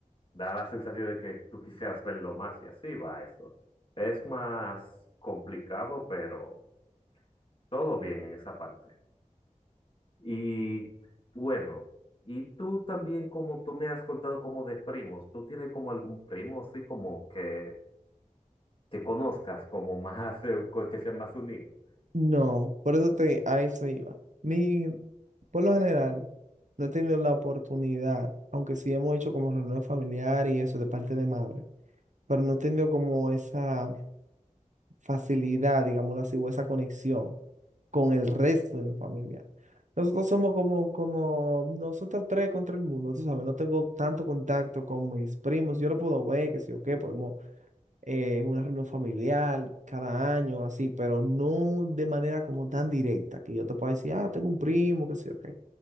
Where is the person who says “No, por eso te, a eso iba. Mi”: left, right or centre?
Right